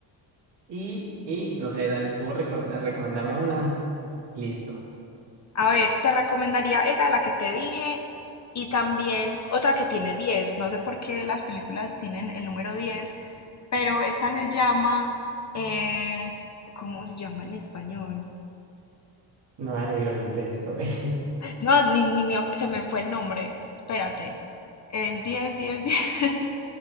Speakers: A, on the right (about 65°); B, on the left (about 35°).
A: Y, y no sé, dale tú, recor- recomendame una. Listo.
B: A ver, te recomendaría esa, la que te dije, y también otra que tiene 10. No sé por qué las películas tienen el número 10, pero esta se llama... es- ¿cómo se llama en español?
A: No, dale, dilo en inglés, estoy. <laughs>
B: No, ni, ni me acu- se me fue el nombre. Espérate. Es diez, diez, diez. <laughs>